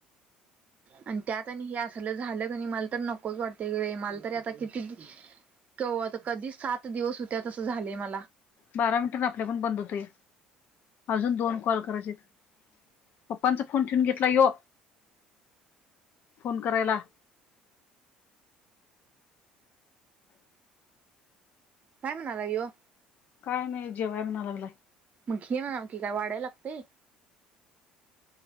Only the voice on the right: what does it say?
आणि त्यात आणि हे असल झालं कणी मला तर नकोच वाटते मला तर किती कवा कधी सात दिवस होत्या अस झालय मला
काय म्हणाला होय.
मग घे ना की काय वाढाय लागतंय.